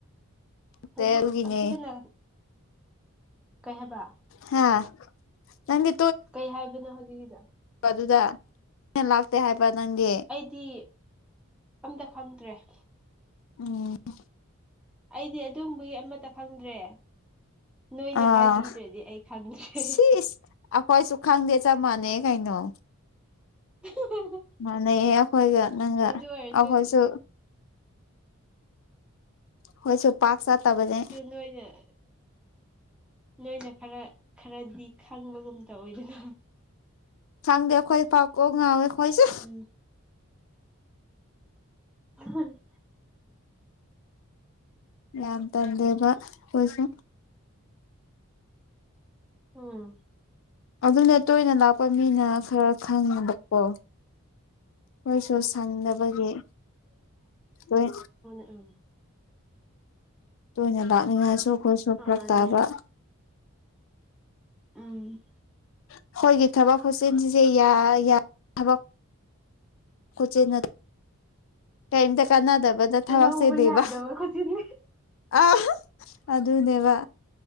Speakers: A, on the left; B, in the centre.
A: ꯅꯠꯇꯦ
B: ꯍꯧꯖꯤꯛ
A: ꯑꯗꯨꯒꯤꯅꯦ
B: ꯍꯧꯖꯤꯛ ꯀꯅꯥ ꯀꯩ ꯍꯥꯏꯕꯥ
A: ꯍꯥ ꯅꯪꯗꯤ
B: ꯀꯩ ꯍꯥꯏꯕꯅꯣ ꯍꯧꯖꯤꯛꯀꯤꯗꯣ
A: ꯑꯗꯨꯗ ꯂꯥꯛꯇꯦ ꯍꯥꯏꯕ ꯅꯪꯗꯤ
B: ꯁꯤ ꯑꯝꯇ ꯈꯪꯗ꯭ꯔꯦ <inaudible>
A: ꯎꯝ <inaudible>
B: ꯑꯩꯗꯤ ꯑꯗꯨꯝꯕꯒꯤ ꯑꯃꯠꯇ ꯈꯪꯗ꯭ꯔꯦ ꯅꯣꯏꯅ
A: ꯑꯥ
B: ꯍꯥꯏꯕꯤꯗ꯭ꯔꯗꯤ ꯑꯩ ꯈꯪꯗ꯭ꯔꯦ
A: ꯁꯤꯁ ꯑꯩꯈꯣꯏꯁꯨ ꯈꯪꯗꯦ ꯆꯞ ꯃꯥꯟꯅꯩ ꯀꯩꯅꯣ
B: <unintelligible>
A: ꯃꯥꯟꯅꯩꯌꯦ ꯑꯩꯈꯣꯏꯒ ꯅꯪꯒ
B: ꯑꯗꯨ ꯑꯣꯏꯔꯁꯨ
A: ꯑꯩꯈꯣꯏꯁꯨ ꯍꯣꯏꯁꯨ ꯄꯥꯛ ꯆꯠꯇꯕꯅꯦ
B: ꯅꯣꯏꯅꯦ ꯅꯣꯏꯅ ꯈꯔ ꯈꯔꯗꯤ ꯈꯪꯕꯒꯨꯝ ꯑꯣꯏꯗꯅ
A: ꯁꯪꯗꯦ ꯑꯈꯣꯏ ꯐꯥꯎ ꯀꯣꯛ ꯉꯥꯎꯋꯦ ꯈꯣꯏꯁꯨ
B: ꯎꯝ <unintelligible>
A: ꯌꯥꯝ ꯇꯟꯗꯦꯕ ꯃꯣꯏꯁꯨ
B: ꯎꯝ
A: ꯑꯗꯨꯅꯦ ꯇꯣꯏꯅ ꯂꯥꯛꯄ ꯃꯤꯅ ꯈꯔ ꯈꯪꯉꯦꯕꯀꯣ ꯃꯣꯏꯁꯨ ꯁꯪꯅꯕꯒꯤ ꯂꯣꯏ
B: ꯑꯥꯎ
A: ꯇꯣꯏꯅ ꯂꯥꯛꯅꯤꯡꯉꯥꯏꯁꯨ ꯑꯩꯈꯣꯏꯁꯨ ꯐꯔꯛ
B: ꯑꯥ ꯑꯗꯨꯅꯤ
A: ꯇꯥꯕ
B: ꯎꯝ
A: ꯑꯩꯈꯣꯏꯒꯤ ꯊꯕꯛ ꯈꯨꯆꯤꯟꯖꯤꯁꯨ ꯌꯥ ꯌꯥ ꯊꯕꯛ ꯀꯣꯏꯆꯦꯟ ꯆꯦꯟꯅꯩ ꯀꯔꯤꯝꯇ ꯀꯥꯟꯅꯥꯗꯕꯗ ꯊꯕꯛ
B: ꯂꯧꯕ
A: ꯆꯦꯜꯂꯤꯕ
B: ꯌꯥꯗꯕ ꯈꯨꯖꯤꯟꯅꯤ
A: ꯑꯥꯍꯥ ꯑꯗꯨꯅꯦꯕ